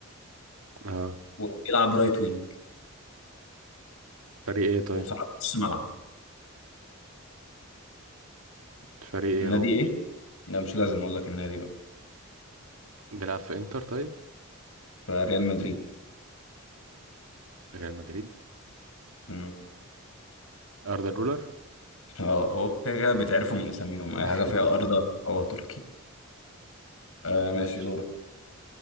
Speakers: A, on the right; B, on the left.
A: اه
B: وبيلعب رايت وينج
A: فريق ايه طيب
B: وساعات نص ملعب
A: فريق ايه
B: النادي
A: هو
B: ايه؟ لا مش لازم اقول لك النادي بقى
A: بيلعب في انتر طيب
B: فريال مدريد
A: ريال مدريد
B: امم
A: اردا جولر
B: اه هو كده كده بيتعرفوا من اساميهم
A: <laughs>
B: اي حاجه فيها ارض هو تركي آه ماشي
A: ماشي
B: دورك